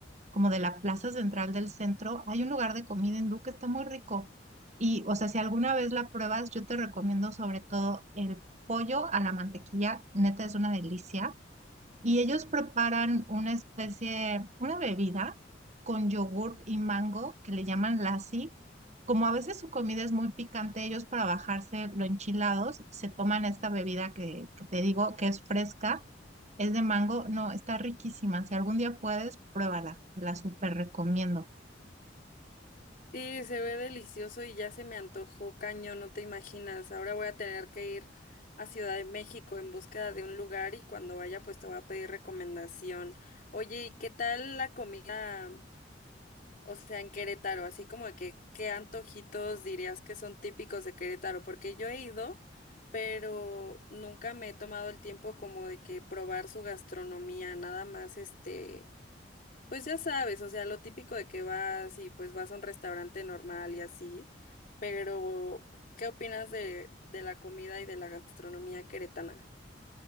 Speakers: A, on the right (about 40°); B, on the left (about 45°).
A: como de la plaza central del centro, hay un lugar de comida hindú que está muy rico. Y, o sea, si alguna vez la pruebas, yo te recomiendo sobre todo el pollo a la mantequilla, neta es una delicia. Y ellos preparan una especie, una bebida con yogurt y mango que le llaman lassi. Como a veces su comida es muy picante, ellos para bajarse lo enchilados se toman esta bebida que, que te digo que es fresca, es de mango, no, está riquísima. Si algún día puedes, pruébala, te la súper recomiendo.
B: Sí, se ve delicioso y ya se me antojó cañón, no te imaginas. Ahora voy a tener que ir a Ciudad de México en búsqueda de un lugar y cuando vaya pues te voy a pedir recomendación. Oye, ¿y qué tal la comida, o sea, en Querétaro? Así como de que, ¿qué antojitos dirías que son típicos de Querétaro? Porque yo he ido, pero nunca me he tomado el tiempo como de que probar su gastronomía, nada más este pues ya sabes, o sea, lo típico de que vas y pues vas a un restaurante normal y así, pero ¿qué opinas de, de la comida y de la gastronomía queretana?